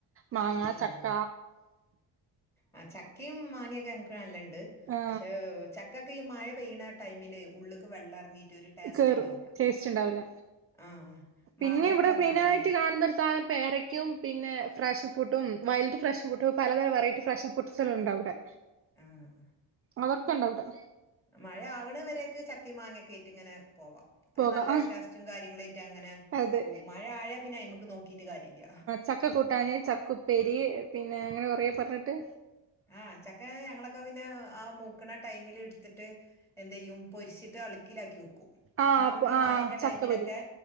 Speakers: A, on the right; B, in the centre.
A: മാങ്ങ,
B: ആഹ്
A: ചക്ക
B: ആ ചക്കയും മാങ്ങയൊക്കെ ഞങ്ങക്ക് നല്ലണ്ട്
A: ആ
B: പക്ഷേ ചക്കൊക്കെ ഈ മഴ പെയ്യുന്ന ടൈമില് ഉള്ളിക്ക് വെള്ളം ഇറങ്ങിയിട്ട് ഒരു ടേസ്റ്റ്
A: കേറും
B: ഉണ്ടാവൂല
A: ടേസ്റ്റ് ഉണ്ടാവില്ല
B: ആഹ്
A: പിന്നെ
B: മാങ്ങയൊക്കെ
A: ഇവിടെ
B: അങ്ങനെ
A: മൈനായിട്ട്
B: തന്നെയാണ്
A: കാണുന്ന ഒരു സാധനം പേരെ ക്കും പിന്നെ ഫ്രെഷൻ ഫ്രൂട്ടും വൈലറ്റ് ക്കും ഫ്രെഷൻ ഫ്രൂട്ടും പലതരം വറൈറ്റി ഫ്രെഷൻ ഫ്രൂട്ട്സുകളും ഉണ്ടാവും ഇവിടെ
B: ആഹ്
A: അതൊക്കെ ഉണ്ട് ഇവിടെ
B: മഴ ആവുന്നവരേക്ക് ചക്കി മാങ്ങൊകേറ്റ് ഇങ്ങനെ പോവാം അത്
A: പോകാം
B: നല്ല ടേസ്റ്റും കാര്യങ്ങളായിട്ട് അങ്ങനെ
A: അതെ
B: പോവും മഴ ആയാ പിന്നെ അയിമക്ക് നോക്കീട്ട് കാര്യല്ല
A: ചക്കക്കൂട്ടാന് ചക്കുപ്പേരി പിന്നെ അങ്ങനെ കുറേ പറഞ്ഞിട്ട്
B: ആഹ് ചക്ക ഞങ്ങളൊക്കെ പിന്നെ ആ മൂക്കണ ടൈമിൽ എടുത്തിട്ട് എന്തെയ്യും പൊരിച്ചിട്ട് അള്ക്കിലാക്കി വെക്കും
A: ആ
B: നമ്മൾക്ക് ഈ
A: ആ
B: മഴന്റെ
A: ചക്കപൊരി
B: ടൈമിലൊക്കെ